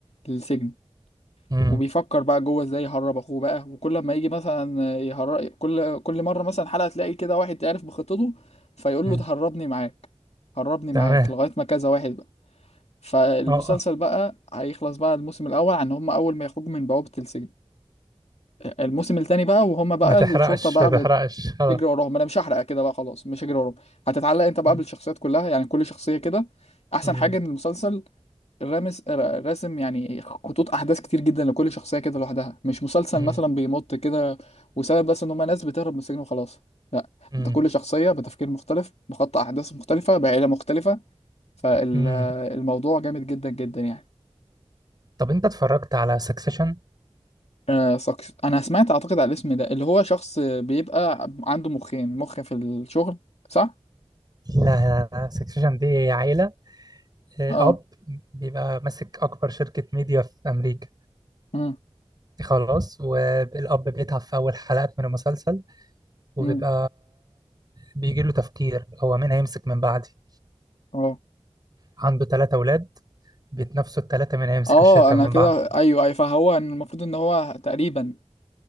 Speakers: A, on the left (about 75°); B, on the right (about 35°).
A: للسجن
B: امم
A: وبيفكر بقى جوه ازاي يهرب اخوه بقى وكل ما يجي مثلا يهرب كل كل مره مثلا حلقه تلاقي كده واحد تعرف بخطته فيقول
B: أمم.
A: له تهربني معاك هربني
B: تمام
A: معاك لغايه ما كذا واحد فالمسلسل
B: اه آه.
A: بقى هيخلص بقى الموسم الأول عن هم أول ما يخرجوا من بوابة السجن الموسم التاني بقى وهم بقى
B: ما تحرقش
A: الشرطة بقى
B: ما تحرقش
A: بتجري
B: خلاص
A: وراهم أنا مش هحرق كده بقى خلاص مش هجري وراهم هتتعلق أنت بقى
B: أمم.
A: بالشخصيات كلها يعني كل شخصية كده أحسن
B: أمم.
A: حاجة إن المسلسل رامس را- راسم يعني خطوط أحداث كتير جدا لكل شخصية كده لوحدها مش مسلسل
B: أمم.
A: مثلا بيمط كده وسبب بس إن هم ناس بتهرب من السجن وخلاص لا
B: أمم.
A: أنت كل شخصية بتفكير مختلف بخط أحداث مختلفة بعيلة مختلفة فالموضوع
B: أمم.
A: جامد جدا جدا يعني
B: طب انت اتفرجت على سكسيشن
A: آه ساكس انا سمعت اعتقد على الاسم ده اللي هو شخص بيبقى عنده مخين مخ في الشغل صح
B: لا لا لا سكسيشن دي عيلة آه،
A: اه
B: اب بيبقى ماسك اكبر شركة ميديا في امريكا
A: امم
B: خلاص والاب بيتعب في اول حلقات من المسلسل وبيبقى
A: امم
B: بيجي له تفكير هو مين هيمسك من بعدي
A: اه
B: عنده ثلاثة اولاد بيتنافسوا الثلاثة مين هيمسك
A: اه
B: الشركة
A: انا
B: من
A: كده
B: بعض
A: ايوه ايوه فهو إن المفروض ان هو تقريبا